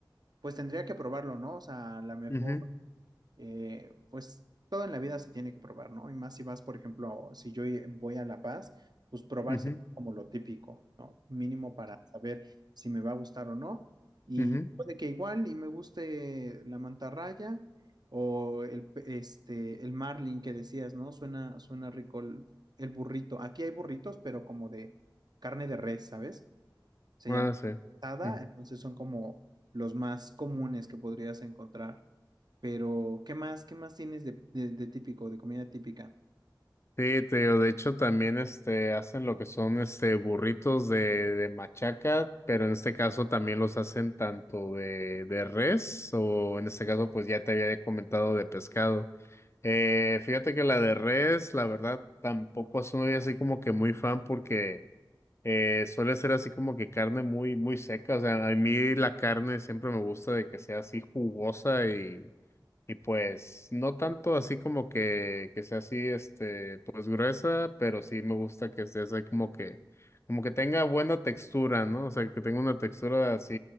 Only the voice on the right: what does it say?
pues tendría que probarlo, ¿no? O sea, a lo mejor,
eh, pues todo en la vida se tiene que probar, ¿no? Y más si vas, por ejemplo, si yo i- voy a La Paz, pues probar
siempre como lo típico, ¿no? Mínimo para saber si me va a gustar o no. Y
puede que igual y me guste la mantarraya o el, pe- este, el marlin que decías, ¿no? Suena, suena rico el, el burrito. Aquí hay burritos, pero como de carne de res, ¿sabes? se
llama
asada,
entonces son como los más comunes que podrías encontrar. Pero, ¿qué más? ¿Qué más tienes de, de- de típico, de comida típica?